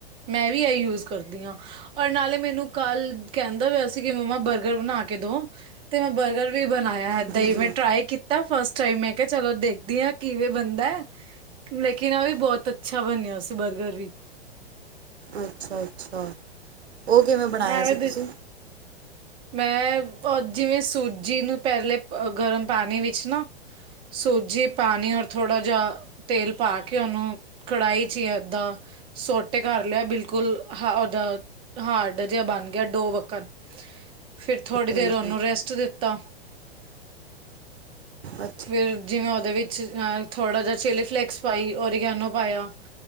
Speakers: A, on the right; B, on the right.
A: ਮੈਂ ਵੀ ਇਹੀ ਯੂਜ ਕਰਦੀ ਹਾਂ, ਔਰ ਨਾਲੇ ਮੈਨੂੰ ਕੱਲ ਕਹਿੰਦਾ ਵ? ਸੀ ਕਿ ਮੰਮਾ ਬਰਗਰ ਬਣਾ ਕੇ ਦੋ, ਤੇ ਮੈਂ ਬਰਗਰ ਵੀ ਬਣਾਇਆ, ਏਦਾਂ
B: ਜੀ
A: ਹੀ
B: ਜੀ
A: ਮੈਂ ਟ੍ਰਈ ਕੀਤੀ। ਤਾਂ ਫਸਟ ਟਾਈਮ ਮੈਂ ਕਿਹਾ, ਚਲੋ ਦੇਖਦੀ ਹਾਂ ਕਿਵੇਂ ਬੰਨਦਾ। ਲੇਕਿਨ, ਆਹ ਵੀ ਬਹੁਤ ਅੱਛਾ ਬਣਿਆ ਸੀ, ਬਰਗਰ ਵੀ।
B: ਅੱਛਾ -ਅੱਛਾ ਉਹ ਕਿਵੇਂ ਬਣਾਇਆ
A: ਐਵੇਂ
B: ਸੀ ਤੁਸੀਂ?
A: ਮੈਂ ਅ, ਜਿਵੇਂ ਸੂਜੀ ਨੂੰ ਪਹਿਲੇ ਗਰਮ ਪਾਣੀ ਵਿੱਚ ਨਾ ਸੂਜੀ ਪਾਣੀ ਔਰ ਥੋੜਾ ਜਿਹਾ ਤੇਲ ਪਾ ਕੇ, ਉਹਨੂੰ ਕੜਾਹੀ ਚ ਹੀ ਏਦਾਂ ਸੋਟੇ ਕਰ ਲਿਆ ਬਿਲਕੁਲ, ਹ ਉਹਓਦਾ ਹਾਰਡ ਜਿਹਾ ਬਣ ਗਿਆ ਡੋ ਵੱਗਣ ਫਿਰ, ਥੋੜ੍ਹੀ ਦੇਰ
B: ਹਾਂਜੀ
A: ਉਹਨੂੰ ਰੈਸਟ ਦਿੱਤਾ।
B: ਅੱਛਾ।
A: ਫਿਰ ਜਿਵੇਂ ਉਹਦੇ ਵਿੱਚ ਥੋੜਾ ਜਿਹਾ ਚਿਲੀ ਫਲੇਕਸ ਪਾਈ, ਉਰੀਗੈਨੋ ਪਾਇਆ।